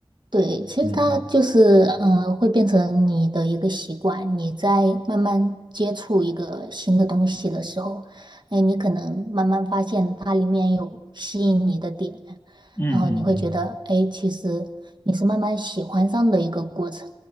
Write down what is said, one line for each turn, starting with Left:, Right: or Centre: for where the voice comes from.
Right: 对，其实它就是，
Left: 嗯嗯
Right: 嗯，会变成你的一个习惯。你在慢慢接触一个新的东西的时候，哎，你可能慢慢发现它里面有吸引你的点，
Left: 嗯嗯嗯
Right: 然后你会觉得，哎，其实你是慢慢喜欢上的一个过程。